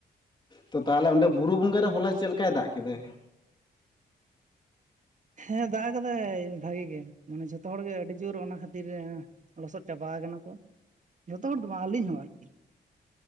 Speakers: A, on the left; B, on the right.
A: ᱛᱚ ᱛᱟᱦᱞᱮ ᱚᱸᱰᱮ ᱵᱩᱨᱩ ᱵᱚᱸᱜᱟ ᱨᱮ ᱦᱚᱞᱟ ᱪᱮᱫ ᱞᱮᱠᱟᱭ ᱫᱟᱜ ᱠᱮᱫᱟ?
B: ᱦᱮᱸ ᱫᱟᱜ ᱟᱠᱟᱫᱟᱭ ᱵᱷᱟᱜᱤ ᱜᱮ ᱢᱟᱱᱮ ᱡᱷᱚᱛᱚ ᱦᱚᱲ ᱜᱮ ᱟᱹᱰᱤ ᱡᱳᱨ ᱚᱱᱟ ᱠᱷᱟᱹᱛᱤᱨ ᱞᱚᱥᱚᱫ ᱪᱟᱵᱟ ᱠᱟᱱᱟ ᱠᱚ ᱡᱚᱛᱚ ᱦᱚᱲ ᱫᱚ ᱵᱟᱝ ᱟᱹᱞᱤᱧ ᱦᱚᱸ ᱟᱨᱠᱤ